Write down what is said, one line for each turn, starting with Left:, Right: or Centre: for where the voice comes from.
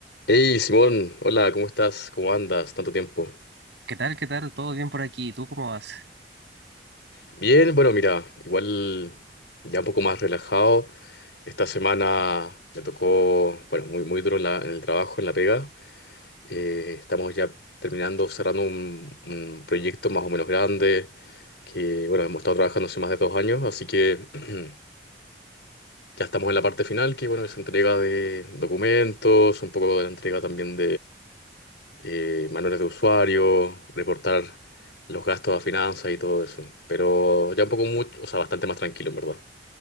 Left: Hey Simón, hola, ¿cómo estás? ¿Cómo andas? Tanto tiempo.
Right: ¿Qué tal? ¿Qué tal? ¿Todo bien por aquí? ¿Tú cómo vas?
Left: Bien, bueno, mira, igual ya un poco más relajado. Esta semana me tocó, bueno, muy, muy duro en la- en el trabajo, en la pega. Eh, estamos ya terminando, cerrando un, un proyecto más o menos grande, que, bueno, hemos estado trabajando hace más de dos años, así que <clears throat> ya estamos en la parte final, que, bueno, es entrega de documentos, un poco de la entrega también eh, manuales de usuario, reportar los gastos a finanzas y todo eso. Pero ya un poco mucho, o sea, bastante más tranquilo, en verdad.